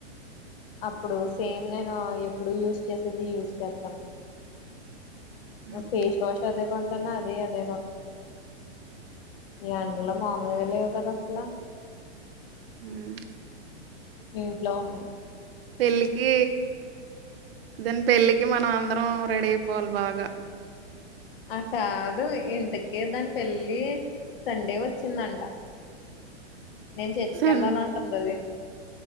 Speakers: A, on the left; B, on the right.
A: అప్పుడు సేమ్ నేను ఎప్పుడు యూస్ చేసేది యూస్ చేత్తాను
B: హ్మ్.
A: ఫేస్ వాష్ అదే కొంటన్న అదే ఎమ్ ఈ ఎండలు మామూలుగా లేవు కదా అసలు
B: మ్మ్
A: ఇంట్లో ఉంది
B: పెళ్ళికి దాని పెళ్ళికి మనం అందరం రెడీ అ పొవల్ల బాగ
A: ఆ కాదు ఇంతకి దాని పెళ్ళి సండే వచ్చిందంట నేను చర్చి కి
B: సన్
A: కెళ్ళాల అంటుంది అది